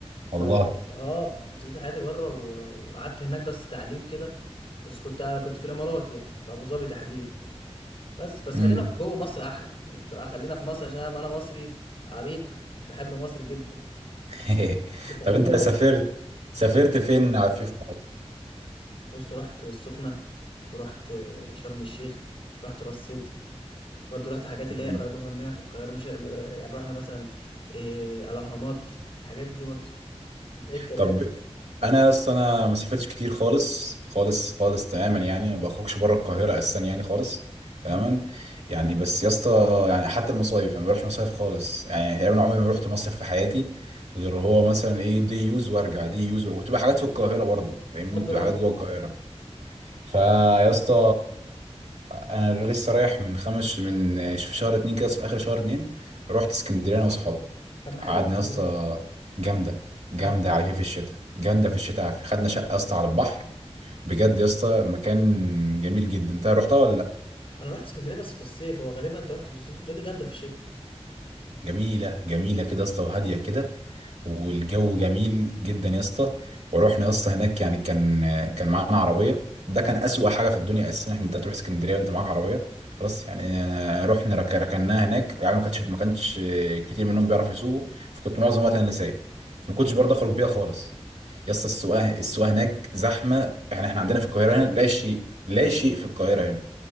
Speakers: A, on the left; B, on the right.
A: ف
B: والله
A: اه ابتديت حياتي بره و- وقعدت هناك بس تعليم كده بس كنت كنت في الامارات يعني في ابو ظبي تحديدا بس بس
B: امم
A: خلينا في جوه مصر احلى يعني بصراحه خلينا في مصر عشان انا أنا مصري عريق بحب مصر جدا
B: <laughs>
A: <laughs> فخلينا
B: طب انت سافرت
A: في-
B: سافرت فين في في
A: بص رحت السخنه ورحت شرم الشيخ رحت راس سدر برضو رحت حاجات
B: مصر
A: اللي هي قريبة مننا في القاهرة مش يعني رحنا مثلا إيه الأهرامات الحاجات دي برضو انت ايه الكلام
B: طب انا اصلا انا ما سافرتش كتير خالص خالص خالص تماما يعني ما بخرجش بره القاهره اساسا يعني خالص
A: مم.
B: تماما يعني بس يا اسطى يعني حتى المصايف انا ما بروحش مصايف خالص يعني تقريبا عمري ما رحت مصيف في حياتي غير هو مثلا ايه دي يوز وارجع دي يوز وارجع. وتبقى حاجات في القاهره برضو فاهمني
A: رد
B: تبقى
A: رد
B: حاجات جوه القاهره فيا اسطى انا لسه رايح من خمس من في شهر اتنين كده في اخر شهر اتنين رحت اسكندريه انا واصحابي
A: طب ما حلوة
B: قعدنا
A: اسكندرية
B: يا اسطى جامده جامده
A: مم.
B: على كيف الشتاء جامده في الشتاء عافية خدنا شقه يا اسطى على البحر بجد يا اسطى مكان جميل جدا انت رحتها ولا
A: أنا رحت اسكندرية بس في الصيف هو غريبة أنت رحت بس أنت بتقولي جامدة في الشتاء
B: جميلة جميلة كده يا اسطى وهادية كده والجو جميل جدا يا اسطى ورحنا يا اسطى هناك يعني كان كان معانا عربية ده كان أسوأ حاجة في الدنيا أساسا إن أنت تروح اسكندرية وأنت معاك عربية خلاص يعني أنا رحنا رك- ركناها هناك يعني ما كانش ما كانش كتير منهم بيعرفوا يسوقوا فكنت معظم وقتي أنا اللي سايق فما
A: مم.
B: كنتش برضه أخرج بيها خالص يا اسطى السواقة السواقة هناك زحمة يعني إحنا عندنا في القاهرة هنا لا شيء لا شيء في القاهرة هنا